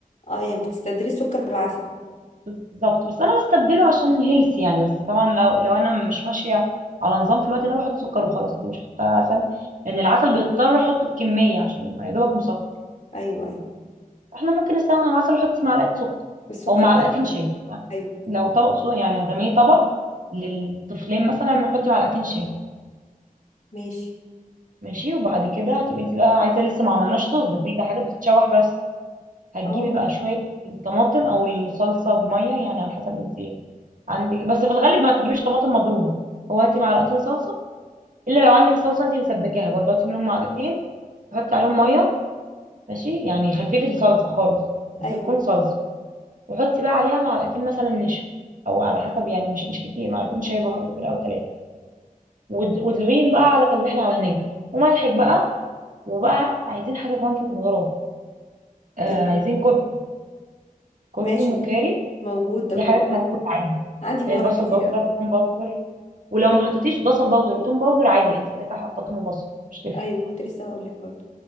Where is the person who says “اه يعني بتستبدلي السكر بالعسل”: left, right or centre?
Left